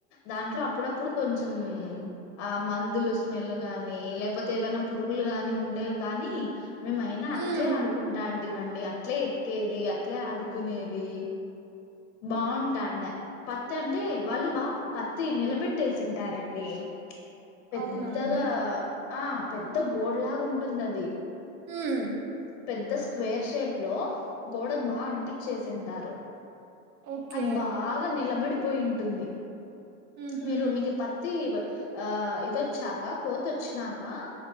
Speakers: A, on the left; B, on the right.
A: దాంట్లో అప్పుడప్పుడు కొంచెం ఆ మందులు స్మెల్ గానీ లేకపోతే ఏవైనా పురుగులు గాని ఉండేవి కానీ మేముమైనా
B: హ్మ్.
A: అట్లే ఆడుకుంటా అన్ ఇట్టివ్వండి అట్లే ఎక్కేది అట్లే ఆడుకునేది బాగుంటా అండి పత్తి అంటే వాళ్ళు బా పత్తి నిలబెట్టేసింటారండి పెద్దగా
B: అవునా అండి
A: ఆ పెద్ద గోడ లాగా ఉంటుంది అది
B: హ్మ్.
A: పెద్దస్ స్క్వేర్ షేప్ లో గోడకు బాగా అంటిచ్చేసింటారు
B: ఓకే.
A: అద్ బాగా నిలబడి పోయింటుంది
B: హుహు.
A: మీరు మీకి పత్తి ఇబ్. ఆ ఇదొచ్చాక్క కోతి వోక్నాకా